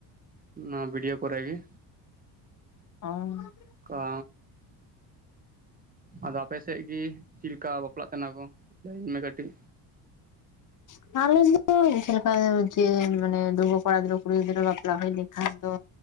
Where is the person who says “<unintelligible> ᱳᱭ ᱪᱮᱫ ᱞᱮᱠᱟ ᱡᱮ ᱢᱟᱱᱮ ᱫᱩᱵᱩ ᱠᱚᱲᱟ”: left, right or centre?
Left